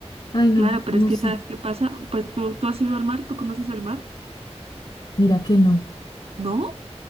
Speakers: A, on the left (about 50°); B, on the right (about 60°).
A: Ay, no,
B: Claro, pero
A: no
B: es que
A: sé.
B: ¿sabes qué pasa? Pues tú, tú has ido al mar, ¿tú conoces el mar?
A: Mira que no.
B: ¿No?